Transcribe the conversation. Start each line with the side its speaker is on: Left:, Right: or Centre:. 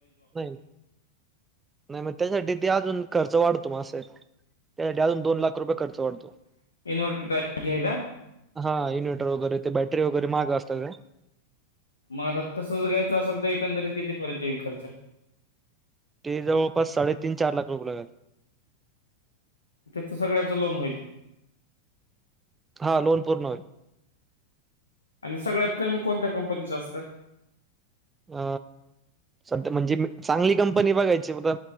Right: नाही नाही मग त्यासाठी ते अजून खर्च वाढतो म त्यासाठी अजून दोन लाख रुपये खर्च वाढतो.
Left: <unintelligible>
Right: हा इन्व्हर्टर वगैरे ते बॅटरी वगैरे महाग असतात.
Left: मग आता तसच घ्यायचं असेल तर एकंदरीत घेतीपर्यंत येईल खर्च?
Right: ते जवळपास साडे तीन चार लाख रुपये लागल.
Left: त्याचं सगळ्याच लोन होईल?
Right: हा लोन पूर्ण होईल.
Left: आणि सगळ्यात कमी कोणत्या कंपनीचं असतं?
Right: अ सध्या म्हणजे चांगली कंपनी बघायचीता